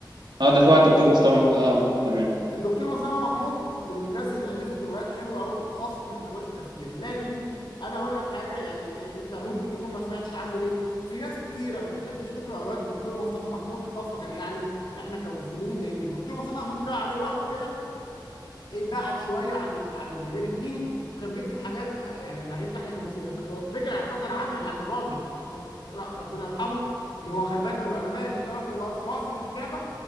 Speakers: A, on the right; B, on the left.
A: اه ده في واحد دكتور مصطفى اه تمام
B: الدكتور مصطفى محمود من الناس اللي الفت روايات حلوه قوي خاصه في روايه التفكير لكن انا اقول لك حاجه يعني انت ممكن تكون ما سمعتش عنه ليه في ناس كتيره ما بتحبش تقرا روايات الدكتور مصطفى محمود خاصه يعني احنا كمسلمين لان الدكتور مصطفى محمود جه عليه وقت كده ايه بعد شويه عن ال- عن المجال الديني وكان بيكتب حاجات آه، يعني عجبتنا احنا كمسلمين كان هو رجع اعتذر عنها يعني الراجل رحمه ربنا يرحمه ان هو خلي بالك من العلماء اللي تركوا أثر، سواء في الكتابه